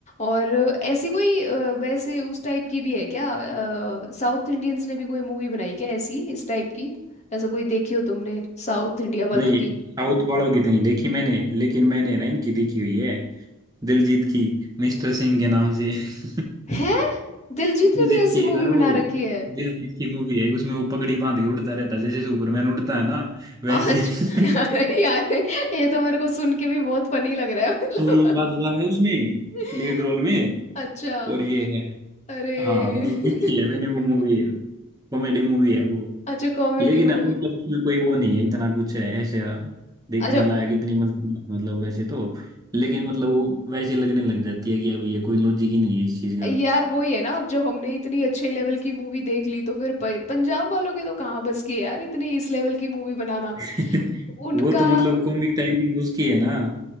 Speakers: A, on the left; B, on the right.
A: और ऐसी कोई अ, वैसे उस टाइप की भी है क्या साउथ इंडियंस ने भी कोई मूवी बनाई क्या ऐसी इस टाइप की ऐसा कोई देखी हो तुमने साउथ इंडिया वालों
B: नहीं
A: की
B: साउथ वालों की तो नहीं देखी मैंने लेकिन मैंने ना इनकी देखी हुई है दिलजीत की मिस्टर सिंह के नाम से <laughs>
A: है दिलजीत
B: दिलजीत
A: ने भी ऐसी
B: की यार
A: मूवी
B: वो
A: बना रखी है
B: दिलजीत की मूवी है उसमें वो पगड़ी बांध के उड़ता रहता है जैसे सुपरमैन उड़ता है ना वैसे
A: अच्छा
B: <laughs>
A: <laughs> अरे यार ये तो मेरे को सुन के भी बहुत फनी लग रहा है मतलब
B: सोनम बाजवा है उसमें
A: <laughs>
B: लीड रोल में
A: अच्छा
B: और ये है
A: अरे
B: हाँ मतलब देखी है मैंने
A: <laughs>
B: वो मूवी कॉमेडी मूवी है वो
A: अच्छा कॉमेडी
B: लेकिन
A: मूवी
B: है ना, मतलब उसमें कोई वो नहीं है इतना कुछ है ऐसे देखने
A: अच्छा
B: लायक इतनी मतलब मतलब वैसे तो लेकिन मतलब वो वैसे लगने लग जाती है कि अब ये कोई लॉजिक ही नहीं है इस चीज का
A: यार वही है ना अब जब हमने इतनी अच्छे लेवल की मूवी देख ली तो फिर प- पंजाब वालों के तो कहाँ बस की है यार इतनी इस लेवल की मूवी बनाना
B: <laughs>
A: उनका
B: वो तो मतलब कॉमिक टाइमिंग उसकी है ना